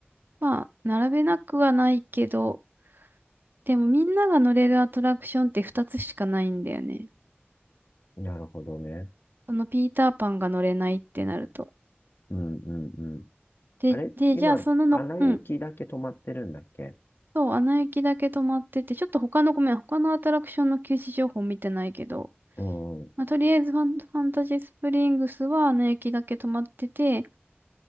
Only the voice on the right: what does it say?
まあ、並べなくはないけど、でもみんなが乗れるアトラクションって2つしかないんだよね。
そのピーターパンが乗れないってなると。
で、
で、じゃあそのの、
うん。そう、アナ雪だけ止まってて、ちょっと他の、ごめん、他のアトラクションの休止情報見てないけど、
まあ、とりあえずファン、ファンタジースプリングスはアナ雪だけ止まってて、